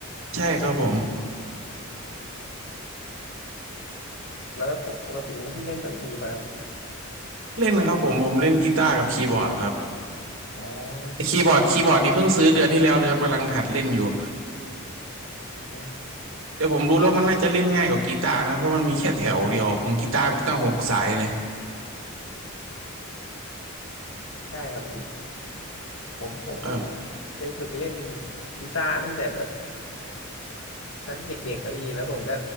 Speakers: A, on the right; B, on the left.
A: ใช่ครับผม
B: แล้วปกปกตินี่พี่เล่นดนตรีมาครับ
A: เล่นนะครับผมผมเล่นกีตาร์กับคีย์บอร์ดครับ
B: อ๋อ
A: คีย์บอร์ดคีย์บอร์ดนี่เพิ่งซื้อเดือนที่แล้วเลยครับกำลังหัดเล่นอยู่
B: อืม
A: แต่ผมรู้แล้วมันน่าจะเล่นง่ายกว่ากีตาร์นะเพราะมันมีแค่แถวเดียวของกีตาร์มีตั้งหกสายนะ
B: ใช่ครับพี่ผมผมเคย
A: ครับ
B: เคยฝึกเล่นกีตาร์ตั้งแต่แบบตั้งเด็กๆอะพี่แล้วผมก็